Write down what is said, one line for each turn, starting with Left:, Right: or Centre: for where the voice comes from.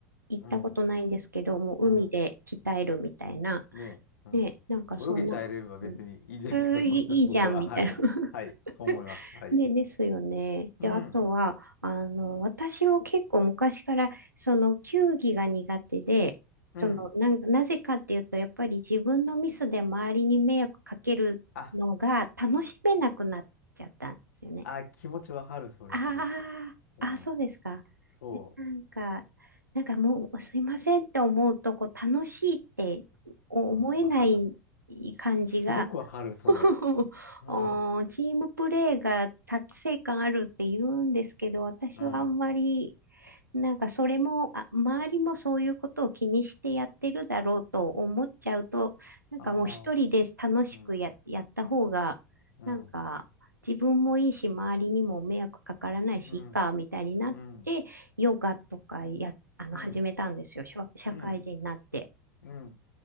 Right: 行ったことないんですけど、
Left: うん。
Right: もう海で鍛えるみたいな。
Left: うん。ねえ。うん。
Right: ね、なんかそんな感じ。
Left: 泳げちゃえれば別にいいんじゃないかと思います、
Right: うー、いい、いいじゃん、
Left: 僕は。
Right: みたいな。
Left: はい。はい。
Right: <laughs>
Left: そう思います。はい。
Right: で、ですよね。
Left: うん。
Right: で、あとは、あの、私も結構昔から、その、球技が苦手で、
Left: うん。
Right: その、なんか、なぜかっていうと、やっぱり自分のミスで周りに迷惑かけるのが楽しめなくなっちゃったんですよね。
Left: あ、あ、気持ちわかる、それすごく。
Right: ああ、
Left: うん。
Right: あ、そうですか。
Left: そ
Right: えなんか、なんかもうすいませんって思うと、こう楽しいって思えない
Left: う。うん、わかる。
Right: 感じが、
Left: すごくわかる、それ。
Right: <laughs>
Left: うん、
Right: おーチームプレーが達成感あるって言うんですけど、
Left: うん。
Right: 私はあんまり
Left: あ
Right: なんかそれも、あ、周りもそういうことを気にしてやってるだろうと思っちゃうと、なんかもう一人で楽しくや、
Left: あ、うん、
Right: やった方が、
Left: うん、
Right: なんか自分もいいし、周りにも迷惑かからないし、
Left: うん、
Right: いいか、みたいになって、
Left: うん、
Right: ヨガとかや、あの、
Left: うん、
Right: 始めたんですよ、社社会人になって。
Left: うん、うん、